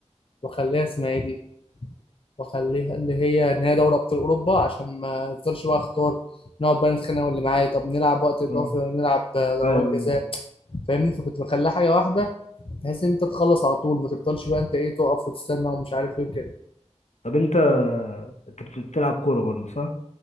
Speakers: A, on the left; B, on the left.
A: وأخليها اسمها ايه دي وأخليها اللي هي إن هي دوري أبطال أوروبا عشان ما أفضلش بقى أختار نقعد بقى نتخانق واللي معايا طب نلعب وقت إضافي
B: اه
A: ولا نلعب آه، ضربات
B: ايوه ايوه
A: جزاء فاهمني فكنت بخليها حاجة واحدة بحيث ان انت تخلص على طول ما تفضلش بقى انت ايه تقف وتستنى ومش عارف ايه وكده
B: طب انت انت بت- بتلعب كوره برضه صح؟